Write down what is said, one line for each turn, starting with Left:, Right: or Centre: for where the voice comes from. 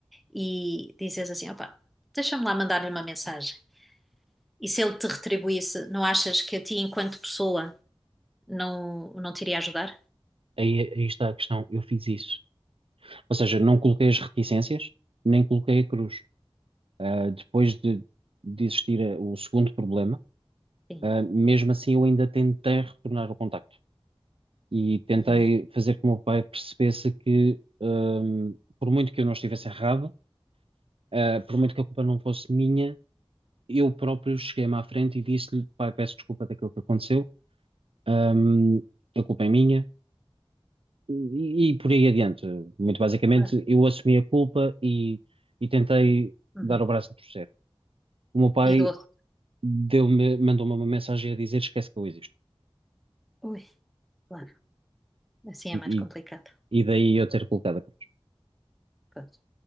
Centre: e dizes assim, opa, deixa-me lá mandar-lhe uma mensagem. E se ele te retribuísse, não achas que a ti, enquanto pessoa, não, não te iria ajudar?
Right: Aí, aí está a questão, eu fiz isso. Ou seja, não coloquei as reticências, nem coloquei a cruz. Ah, depois de, de existir ah, o segundo problema,
Centre: Sim.
Right: ah, mesmo assim eu ainda tentei retornar o contacto. E tentei
Centre: E,
Right: fazer com que o meu pai percebesse que, ahm, por muito que eu não estivesse errado, Uh, por muito que a culpa não fosse minha, eu próprio cheguei-me à frente e disse-lhe, pai, peço desculpa daquilo que aconteceu, um, a culpa é minha, e, e por aí adiante. Muito basicamente,
Centre: claro.
Right: eu assumi a culpa e, e tentei
Centre: Uhum.
Right: dar o braço a torcer. O meu pai
Centre: E do outro,
Right: deu-me, mandou-me uma mensagem a dizer, esquece que eu existo.
Centre: ui, claro, assim é mais
Right: E,
Centre: complicado.
Right: e daí eu ter colocado a cruz.
Centre: Pois.